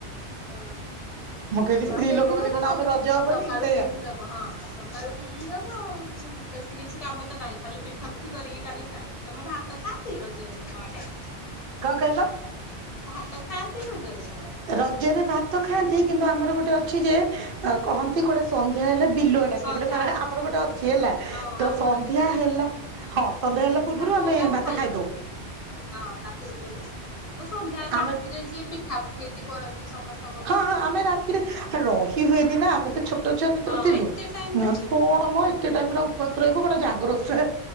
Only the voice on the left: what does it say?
ହଁ
ନୂଆ
ପିନ୍ଧିଦବ
ଆଉ
ସକାଳୁ
ପିନ୍ଧିଦବ ହଁ ସକାଳୁ ପିନ୍ଧିଦବୁ ଆଉ ବେଶୀ କିଛି କାମ ତ ନାହିଁ ଖାଲି ପିଠା ପୁଠି କରିକି ଖାଲି ଖାଇ ତମ ଭାତ ଖାଆନ୍ତି ରଜରେ ତମ ଆଡେ?
ଭାତ ଖାଆନ୍ତି ରଜରେ ତମର?
ସନ୍ଧ୍ୟା
ହଁ
ହଁ
ଆମର
ବି ସେମିତି
ପରେ
ଆଉ
ଖାଇବନି
ହଁ ତା ପୂର୍ବରୁ ତ ସନ୍ଧ୍ୟାରେ ରାତିରେ
ଯିଏ ପିଠା ପୁଠି ଏି କରନ୍ତି ସମସ୍ତେ।
ହଁ
ଏତେ ଟାଇମ
ରହି
ହବନି